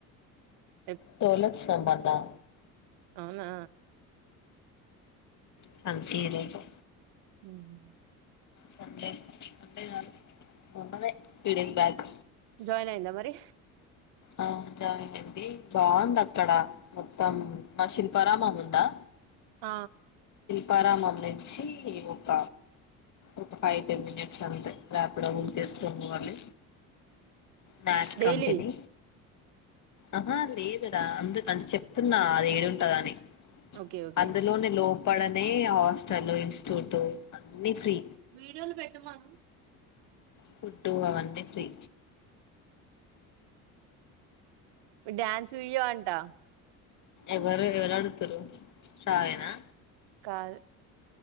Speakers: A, on the right; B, on the left.
A: ఉ
B: తోల సబన్ ద
A: అవునా
B: సంత ఈరోజు
A: ఉమ్
B: సండే సండే కాదు మొన్ననే త్రి డేస్ బ్యాక్
A: జాయిన్ అయిందా మరి
B: ఆ జాయిన్ అయింది బాగుంది అక్కడ మొత్తం ఆ శిల్పారామం ఉందా
A: ఆ
B: పరామం నుంచి ఈ ఒక ఒక ఫైవ్ టెన్ మినిట్స్ అంతే ర్యాపిడో బుక్ చేసుకొని పోవాలి మ్యాచ్
A: డైలీ
B: కంపెనీ ఆహా లేదురా అందుకని చెప్తున్నా అది ఏడుంటది అని
A: ఓకే ఓకే
B: అందులోనే లో పడనే హస్ తను ఇన్స్టిట్యూట్ అన్ని ఫ్రీ
A: వీడియోలు పెట్టమను
B: ఫుడ్ అన్ని ఫ్రీ
A: డ్యాన్స్ వీడియో అంటా
B: ఎవరు ఎవరు ఆడుతారు సాయి న
A: కాల్